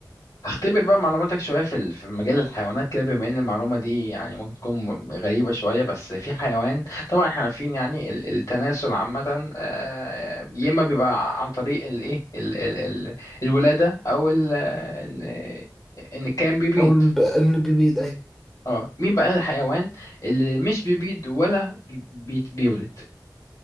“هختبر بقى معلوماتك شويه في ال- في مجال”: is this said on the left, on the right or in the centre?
Left